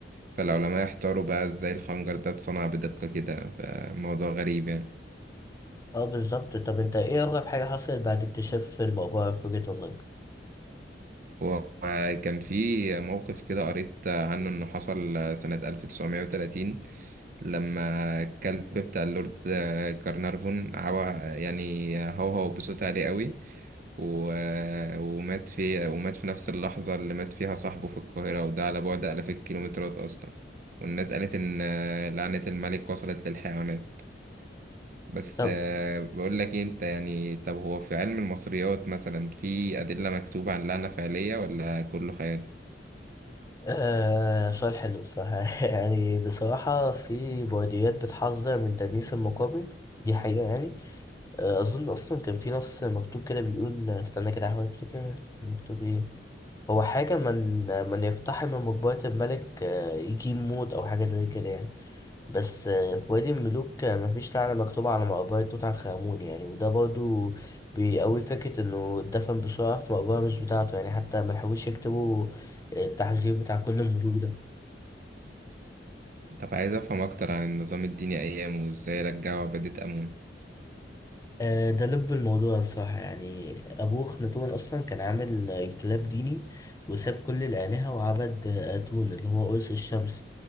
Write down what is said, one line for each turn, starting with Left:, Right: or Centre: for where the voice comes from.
Right: فالعلماء احتاروا بقى ازاي الخنجر ده اتصنع بدقة كده فموضوع غريب يعني
Left: اه بالظبط طب انت ايه اغرب حاجة حصلت بعد اكتشاف المقبرة في وجهة نظرك؟
Right: وكان في موقف كده قريت عنه إنه حصل سنة 1930 لما الكلب بتاع اللورد كارنارفون هوا يعني هو هو بصوت عالي قوي و... ومات في ومات في نفس اللحظة اللي مات فيها صاحبه في القاهرة وده على بعد آلاف الكيلومترات أصلا والناس قالت إن لعنة الملك وصلت للحيوانات بس
Left: طب
Right: آه، بقول لك إيه انت يعني طب هو في علم المصريات مثلا في أدلة مكتوبة عن لعنة فعلية ولا كله خيال؟
Left: آه سؤال حلو بصراحة <laughs> يعني بصراحة في بلديات بتحذر من تدنيس المقابر دي حقيقة يعني آه أظن أصلا كان في نص مكتوب كده بيقول استنى كده أحاول أفتكر كان مكتوب إيه هو حاجة من من يقتحم مقبرة الملك آه يجيب موت أو حاجة زي كده يعني بس آه، في وادي الملوك آه، مفيش لعنة مكتوبة على مقبرة توت عنخ آمون يعني وده برضو بيقوي فكرة إنه اتدفن بسرعة في مقبرة مش بتاعته يعني حتى ملحقوش يكتبوا التحذير بتاع كل الملوك ده
Right: طب عايز أفهم أكتر عن النظام الديني أيامه وإزاي رجعوا عبادة أمون
Left: آه، ده لب الموضوع الصراحة يعني أبوه أخناتون أصلا كان عامل آه، انقلاب ديني وساب كل الآلهة وعبد آه، آتون اللي هو قرص الشمس